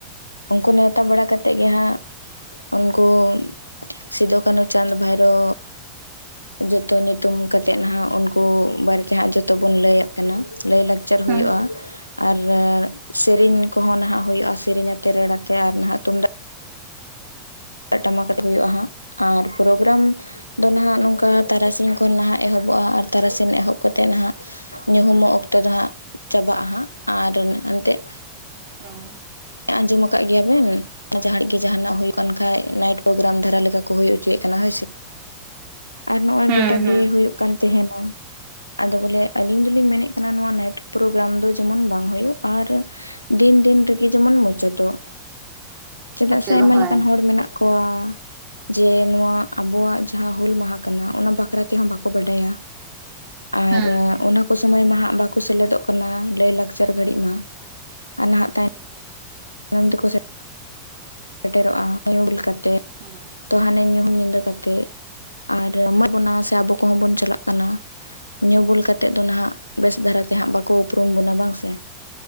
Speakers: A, on the left (about 85°); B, on the right (about 50°).
A: ᱩᱱᱠᱩ ᱱᱮᱣᱛᱟ ᱵᱟᱲᱟ ᱠᱟᱛᱮᱜ ᱜᱮ ᱦᱟᱸᱜ ᱩᱱᱠᱩ ᱥᱤᱫᱩ ᱠᱟᱹᱱᱦᱩ ᱪᱟᱸᱫᱽ ᱵᱷᱟᱭᱨᱳ ᱡᱚᱛᱚ ᱧᱩᱛᱩᱢ ᱠᱟᱛᱮᱜ ᱱᱟᱦᱟᱜ ᱩᱱᱠᱩ ᱵᱟᱨᱮ ᱛᱮ, ᱦᱟᱸᱜ ᱡᱚᱛᱚ ᱵᱚᱱ ᱞᱟᱹᱭ-ᱟ ᱾ ᱠᱟᱱᱟ ᱞᱟᱹᱭ ᱞᱟᱠᱪᱟᱨ
B: ᱦᱮᱸ
A: ᱦᱩᱭᱩᱜᱼᱟ ᱟᱨ ᱥᱮᱨᱮᱧ ᱠᱚᱦᱚᱸ ᱱᱟᱦᱟᱜ ᱦᱩᱭᱩᱜᱼᱟ, ᱥᱮᱨᱮᱧ ᱟᱛᱮ ᱨᱟᱹᱲ ᱟᱛᱮ ᱟᱨ ᱱᱟᱦᱟᱜ ᱛᱩᱢᱫᱟᱜ ᱴᱟᱢᱟᱠ ᱟᱛᱮᱜ ᱦᱩᱭᱩᱜᱼᱟ ᱦᱟᱸᱜ ᱟᱨ ᱯᱨᱳᱜᱨᱟᱢ ᱟᱫᱚ ᱱᱟᱦᱟᱜ ᱱᱚᱝᱠᱟ ᱛᱟᱨᱟᱥᱤᱧ ᱠᱷᱚᱱ ᱱᱟᱦᱟᱜ ᱮᱦᱚᱵᱚᱜᱼᱟ, ᱟᱨ ᱛᱟᱨᱟᱥᱤᱧ ᱮᱦᱚᱵ ᱠᱟᱛᱮᱜ ᱱᱟᱦᱟᱜ ᱧᱩᱦᱩᱢ ᱚᱜ ᱚᱠᱛᱚ ᱫᱚ ᱦᱟᱸᱜ ᱪᱟᱵᱟᱜᱼᱟ ᱦᱟᱸᱜ ᱟᱨ ᱮᱱᱛᱮᱜ
B: <unintelligible>
A: ᱟᱸᱡᱚᱢ ᱟᱠᱟᱜ ᱜᱮᱭᱟ ᱵᱮᱱ? ᱡᱟᱸᱦᱟ ᱨᱮ ᱜᱮ ᱡᱟᱦᱟᱸ ᱱᱟᱜ ᱦᱳᱭᱳᱜ ᱠᱟᱱ ᱠᱷᱟᱡ ᱱᱟᱭᱤᱴ ᱯᱨᱳᱜᱨᱟᱢ ᱫᱷᱟᱨᱟ ᱞᱮᱠᱟ ᱠᱚ ᱦᱚᱪᱚ ᱭᱮᱜ ᱠᱟᱱᱟ ᱦᱳᱭ ᱥᱮ᱾
B: <inaudible>
A: ᱟᱨ ᱱᱚᱜᱼᱚᱭ
B: ᱦᱮᱸ
A: ᱜᱚᱴᱟ
B: ᱦᱮᱸ
A: ᱜᱮ ᱦᱳᱭᱳᱜ ᱠᱟᱱ ᱛᱮᱦᱮᱱᱚ᱾ ᱟᱫᱚ ᱵᱚᱞᱮ ᱟᱹᱞᱤᱧ ᱫᱚᱞᱤᱧ ᱢᱮᱱᱮᱫ ᱠᱟᱱᱟ, ᱱᱚᱣᱟ ᱱᱟᱭᱤᱴ ᱯᱨᱳᱜᱨᱟᱢ ᱫᱚ ᱡᱮᱢᱚᱱ ᱵᱟᱝ ᱦᱩᱭᱩᱜ, ᱟᱨ ᱫᱤᱱ ᱫᱤᱱ ᱨᱮᱜᱮ ᱡᱮᱢᱚᱱ ᱢᱩᱪᱟᱹᱫᱚᱜ, ᱪᱮᱫᱟᱜ
B: ᱢᱩᱪᱟᱹᱫ
A: ᱥᱮ ᱟᱭᱢᱟ
B: ᱦᱮᱸ
A: ᱞᱮᱠᱟᱱ ᱦᱚᱲ ᱢᱮᱱᱟᱜ ᱠᱚᱣᱟ᱾ ᱡᱮ ᱱᱚᱣᱟ ᱟᱵᱚᱣᱟᱜ ᱡᱟᱦᱟᱸ ᱦᱩᱞ ᱢᱟᱦᱟ ᱠᱟᱱᱟ ᱚᱱᱟ ᱵᱟᱠᱷᱨᱟ ᱛᱮᱦᱚᱸ ᱵᱟᱠᱚ ᱵᱟᱰᱟᱭᱟ᱾
B: <inaudible>
A: ᱟᱨ
B: ᱦᱮᱸ
A: ᱚᱱᱟ᱾ ᱟᱠᱚ ᱥᱚᱢᱚᱭ ᱢᱟ ᱦᱟᱸᱜ ᱵᱟᱠᱚ ᱥᱮᱞᱮᱫᱚᱜ ᱠᱟᱱᱟ ᱞᱟᱹᱭ ᱞᱟᱠᱪᱟᱨ ᱜᱷᱟᱹᱲᱤᱡ ᱢᱟ ᱟᱨ ᱱᱟᱦᱟᱜ ᱛᱟᱭᱚᱢ᱾
B: ᱦᱚᱭ
A: ᱛᱟᱭᱚᱢ ᱛᱮᱠᱚ ᱥᱮ ᱥᱮᱴᱮᱨᱚᱜ-ᱟ ᱧᱩ ᱵᱩᱞ ᱠᱟᱛᱮ᱾
B: ᱦᱮᱸ
A: ᱛᱚ ᱦᱟᱱᱮ ᱧᱩᱦᱩᱢ ᱧᱤᱫᱟᱹ ᱠᱟᱛᱮᱜ ᱟᱨ ᱮᱢᱟ ᱵᱚᱱᱟ ᱥᱮ
B: ᱦᱮᱸ
A: ᱟᱵᱚ ᱠᱚᱦᱚᱸ ᱵᱚᱱ ᱪᱟᱞᱟᱜ ᱠᱟᱱᱟ᱾ ᱧᱩ ᱵᱩᱞ ᱠᱟᱛᱮᱜ ᱫᱚ ᱱᱟᱦᱟᱜ ᱵᱮᱥ ᱫᱷᱟᱨᱟ ᱛᱮᱦᱟᱸᱜ ᱵᱟᱠᱚ ᱩᱯᱨᱩᱢ ᱵᱚᱱᱟ ᱵᱟᱝ ᱥᱮ᱾